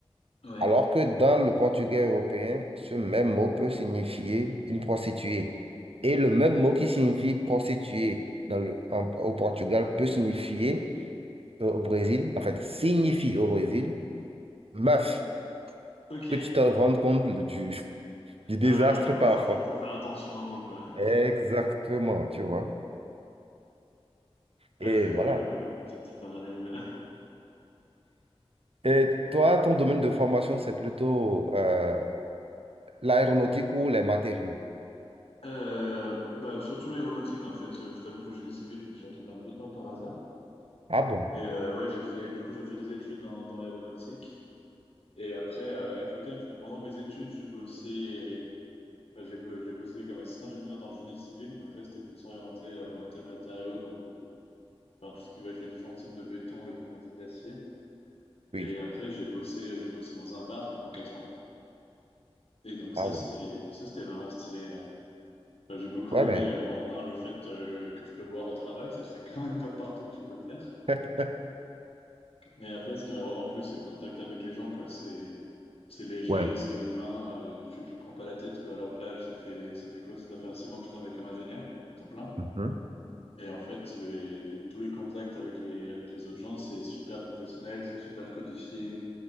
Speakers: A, on the left (about 65°); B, on the right (about 65°).
A: ouais.
B: Alors que dans le portugais européen, ce même mot peut signifier une prostituée. Et le même mot qui signifie prostituée dans le, en- au Portugal peut signifier euh, au Brésil, en fait, signifie au Brésil, meuf,
A: Ok,
B: que tu te rendes compte du, <laughs> du désastre
A: Ah ouais, ouais, faut,
B: parfois.
A: faut, fa- faut faire attention aux mots, quoi.
B: Exactement, tu vois. Et
A: Ouais, c'est
B: voilà.
A: rigolo, le- ce petit parallèle.
B: Et toi, ton domaine de formation, c'est plutôt euh, l'aéronautique ou les matériaux.
A: Euh, bah, surtout l'aéronautique, en fait. Je t'avoue que le génie civil, je me suis retrouvé un peu dedans par hasard.
B: Ah bon?
A: Et euh, ouais, j'ai fait, du coup, j'ai fait des études dans, dans l'aéronautique. Et après, euh, à côté, en fait, pendant mes études, je bossais, enfin, j'ai bo- j'ai bossé comme assistant ingénieur dans le génie civil. Donc là, c'était plus orienté, euh, orienté matériaux, donc le, enfin, tout ce qui va être les différents types de béton, les différents types d'acier.
B: Oui.
A: Et après, j'ai bossé, j'ai bossé dans un bar pendant quatre ans. Et donc ça,
B: Ah ouais.
A: c'était ça, c'était vraiment stylé. hein. Enfin, j'ai beaucoup
B: Ouais,
A: aimé,
B: mais.
A: euh, bon, un, le fait euh, que je peux boire au travail, ça c'est quand même pas partout que tu peux le faire.
B: <laughs>
A: Mais après, ce qui m'a vraiment plu, c'est le contact avec les gens, quoi. C'est c'est léger,
B: Ouais.
A: c'est humain, euh, tu, tu te prends pas la tête, quoi. Alors que là, ça fait ça fait quoi? Ça doit faire six mois que je travaille comme ingénieur à temps plein.
B: Mhm.
A: Et en fait, les, tous les contacts avec les avec les autres gens, c'est super professionnel, c'est super codifié.